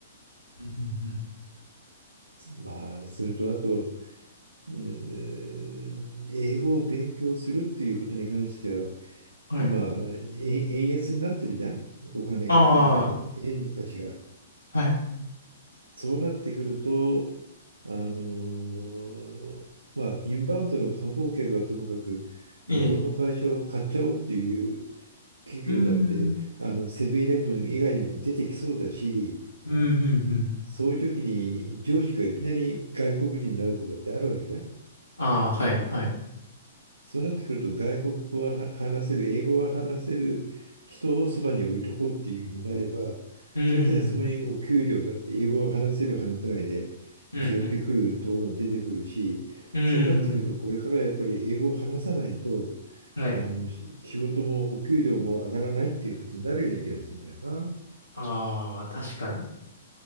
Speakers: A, on the left; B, on the right.
A: うんうん
B: まあ、それとあと、えー英語を勉強するっていうことに関しては、
A: うんはい。
B: 今、え円安になってるじゃん、お金が、
A: あ
B: あの、円の価値が。
A: あ、はい。
B: そうなってくると、あの、まあ、インバウンドの観光客はともかく、
A: ええ。
B: 日本の会社を買っちゃおうっていう企業だって、
A: うん。
B: あの、セブンイレブン以外にも出てきそうだし、
A: うん、うん、うん。
B: そういう時に上司がいきなり外国人になることだってあるわけじゃん。
A: ああ、はい、はい。
B: そうなってくると外国語は話せる、英語は話せる人をそばに置いとこうっていうふうになれば、
A: うん、
B: 当然そこにお給料だって英語は話せる、話せないで
A: うん、うん。
B: 違ってくるところも出てくるし、
A: うん、
B: そうなってくるとこれからやっぱり英語を話さないと、
A: はい。
B: あの、し仕事もお給料も上がらないっていう感じになるような気がするんだよな。
A: ああ、確かに。